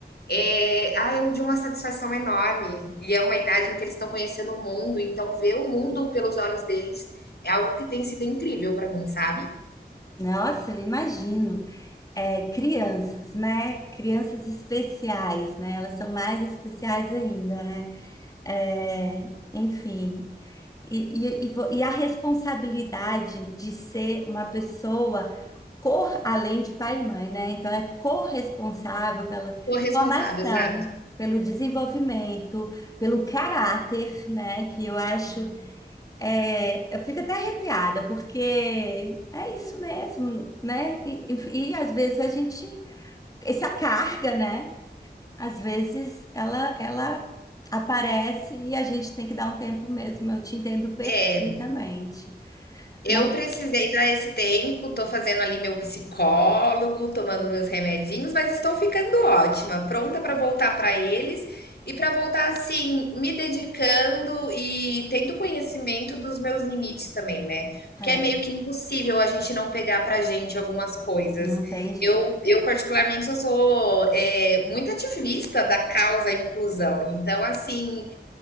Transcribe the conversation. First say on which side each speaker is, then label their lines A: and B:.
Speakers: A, on the left; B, on the left.
A: É, ah, é de uma satisfação enorme. E é uma idade em que eles estão conhecendo o mundo, então ver o mundo pelos olhos deles é algo que tem sido incrível para mim, sabe?
B: Nossa, eu imagino. É, crianças, né? Crianças especiais, né? Elas são mais especiais ainda, né? É, enfim, E, e, e vo- e a responsabilidade de ser uma pessoa cor, além de pai e mãe, né? Então, é corresponsável pela
A: Corresponsável,
B: formação,
A: exato.
B: pelo desenvolvimento, pelo caráter, né? Que eu acho. é, eu fico até arrepiada, porque é isso mesmo, né? E, e, e às vezes a gente. Essa carga, né? às vezes ela ela aparece e a gente tem que dar um tempo mesmo. Eu te entendo perfeitamente.
A: É, Eu
B: Não
A: precisei dar esse tempo, tô fazendo ali meu psicólogo, tomando meus remedinhos, mas estou ficando ótima, pronta para voltar para eles e para voltar assim, me dedicando e tendo conhecimento dos meus limites também, né? Porque
B: é,
A: é meio que impossível a gente não pegar para gente algumas coisas.
B: não tem jeito.
A: Eu, eu particularmente, eu sou é, muito ativista da causa inclusão. Então, assim,